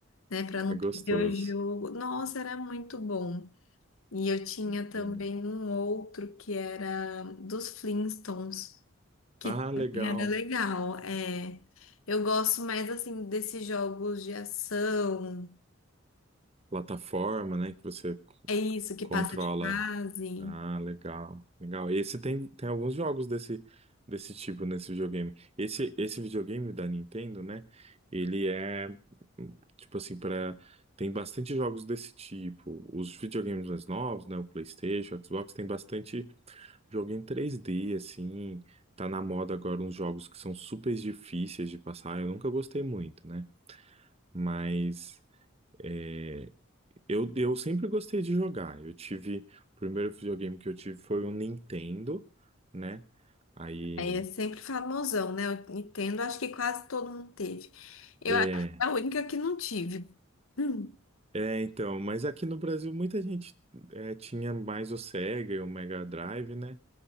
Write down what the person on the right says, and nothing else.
Ah,
é gostoso,
muito
legal.
Ah, legal.
plataforma, né? Que você c-
controla.
Ah, legal, legal. Esse tem, tem alguns jogos desse, desse tipo nesse videogame. Esse, esse videogame da Nintendo, né? Ele é tipo assim para tem bastante jogos desse tipo. Os videogames mais novos, né? O PlayStation, o Xbox tem bastante jogo em 3D, assim. Tá na moda agora uns jogos que são super difíceis de passar. Eu nunca gostei muito, né? Mas é, eu, eu sempre gostei de jogar. Eu tive. O primeiro videogame que eu tive foi o Nintendo, né? Aí.
É,
é, então. Mas aqui no Brasil muita gente é, tinha mais o Sega e o Mega Drive, né?